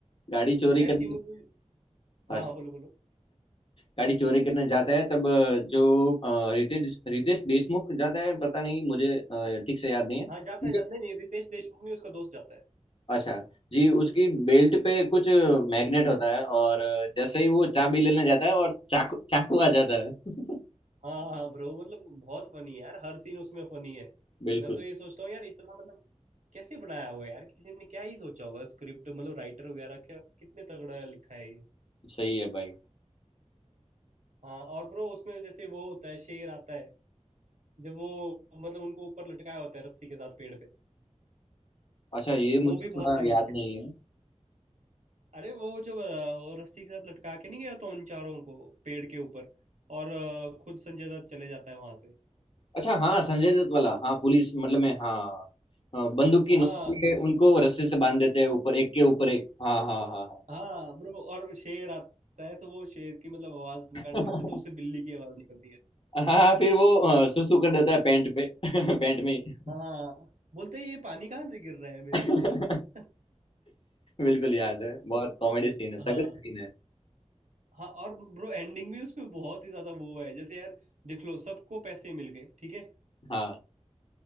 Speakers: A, on the left; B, on the right.
A: गाड़ी चोरी
B: ऐसी
A: करने
B: मूवी
A: अच्छा
B: हाँ हाँ बोलो बोलो
A: गाड़ी चोरी करने जाता है तब अ, जो अ, रितेश रितेश देशमुख जाता है पता नहीं मुझे अ, ठीक से याद नहीं है
B: हाँ जाता
A: लेकिन-
B: है जाता नहीं नहीं रितेश देशमुख नहीं उसका दोस्त जाता है
A: अच्छा जी उसकी बेल्ट पे कुछ मैग्नेट होता है और अ, जैसे ही वो चाबी लेने जाता है और चाकू चाकू आ जाता है <laughs>
B: हाँ हाँ ब्रो मतलब बहुत फनी है यार हर सीन उसमें फनी है
A: बिल्कुल
B: मैं तो ये सोचता हूँ यार इतना मतलब कैसे बनाया होगा यार किसी ने क्या ही सोचा होगा स्क्रिप्ट मतलब राइटर वगैरह क्या कितने तगड़ा लिखा है ये
A: सही है भाई
B: हाँ और ब्रो उसमें जैसे वो होता है शेर आता है जब वो मतलब उनको ऊपर लटकाया होता है रस्सी के साथ पेड़ पे
A: अच्छा ये
B: तो
A: मुझे
B: वो भी बहुत
A: थोड़ा
B: फनी
A: याद
B: सीन
A: नहीं
B: है bro।
A: है
B: अरे वो जो अ, वो रस्सी के साथ लटका के नहीं गया तो उन चारों को पेड़ के ऊपर और अ, खुद संजय दत्त चले जाता है वहां से
A: अच्छा हाँ संजय दत्त वाला हाँ पुलिस मतलब में हाँ हाँ, बंदूक की
B: हाँ
A: नोक पे
B: तो
A: उनको रस्से से बांध देते हैं ऊपर एक के ऊपर एक हाँ हाँ हाँ
B: हाँ ब्रो और शेर आता है तो वो शेर की मतलब आवाज निकालने
A: हाँ
B: लगता है तो उससे बिल्ली की आवाज निकलती है
A: <laughs> हाँ फिर वो अ, सुसु कर देता है पैंट पे <laughs> पैंट में ही।
B: हाँ बोलते हैं ये पानी कहाँ से गिर रहा है मेरे
A: <laughs>
B: ऊपर <laughs>
A: बिल्कुल याद है बहुत कॉमेडी सीन है तगड़ी
B: हाँ
A: सीन है
B: हाँ और ब्रो एंडिंग भी उसमें बहुत ही ज्यादा वो है जैसे यार देख लो सबको पैसे मिल गए ठीक है
A: हाँ